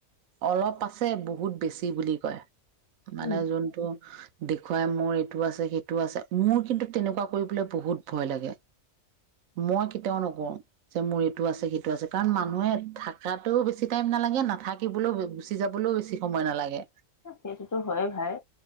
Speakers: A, on the right; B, on the left.
A: অলপ, আছে বহুত বেছি বুলি কয় মানে
B: উম
A: যোনটো, দেখুৱাই মোৰ এইটো আছে, সেইটো আছে মোৰ কিন্তু তেনেকুৱা কৰিবলৈ বহুত ভয় লাগে। মই কেতিয়াও নকৰো যে মোৰ এইটো আছে সিটো আছে কাৰণ মানুহে থকাটোও বেছি টাইম। নালাগে নাথাকিবলৈও গুচি যাবলৈও বেছি সময় নালাগে।
B: সেইটোতো হয় ভাই।